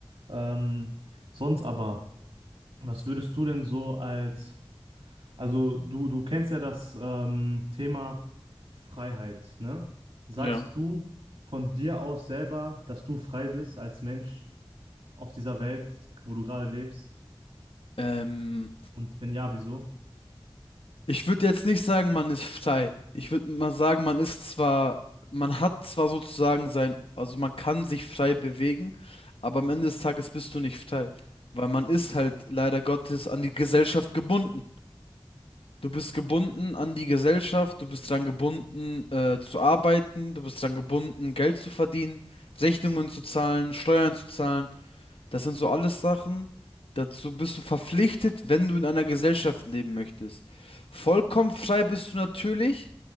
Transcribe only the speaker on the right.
Ähm, sonst aber, was würdest du denn so als, also du, du kennst ja das ähm, Thema Freiheit, ne? Sagst
du von dir aus selber, dass du frei bist als Mensch? auf dieser Welt, wo du gerade lebst?
Und wenn ja, wieso?